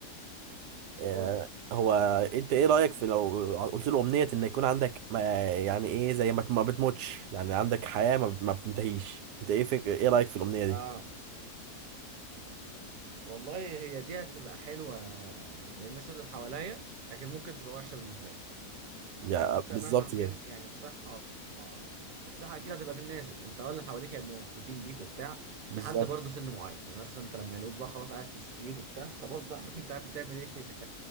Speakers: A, on the right; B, on the right.
A: آه،
B: قول لي
A: هو انت ايه رأيك في لو قلت له امنية ان يكون عندك ما يعني ايه زي ما ما بتموتش يعني عندك حياة ما ما بتنتهيش انت ايه فك... ايه رأيك في الامنية
B: اه
A: دي
B: والله هي دي هتبقى حلوه للناس اللي حواليا لكن ممكن تبقى وحشه بالنسبه لي
A: يعني
B: لان انت
A: بالظبط
B: مهما كان
A: كده
B: يعني الصحه الصحه اكيد هتبقى في النازل انت ولا حواليك هيبقوا مبسوطين بيك وبتاع
A: بالظبط
B: لحد برضه سن معين يعني مثلا انت لما يلاقوك بقى خلاص قاعد في السرير وبتاع <laughs> خلاص بقى يا حبيبي انت قاعد بتعمل ايه